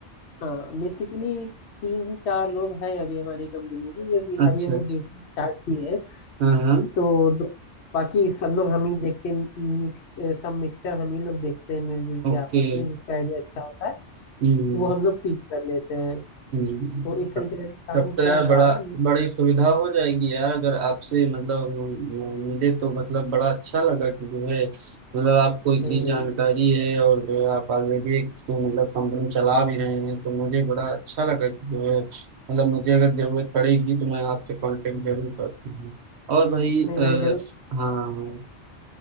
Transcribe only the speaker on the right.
अच्छा
अच्छा
हाँ हाँ
ओके
हम्म
हम्म,
तब
तब तो यार
बड़ा
बड़ी सुविधा हो जाएगी यार अगर आपसे मतलब अ, मिले तो मतलब बड़ा अच्छा लगा कि जो है मतलब आपको इतनी
जानकारी है और जो है आप ऑलरेडी एक तो मतलब कंपनी चला भी रहे हैं तो मुझे बड़ा अच्छा लगा कि जो है मतलब मुझे अगर जरूरत पड़ेगी तो मैं आपसे कांटेक्ट जरूर करती हूँ और भाई
आ,
हाँ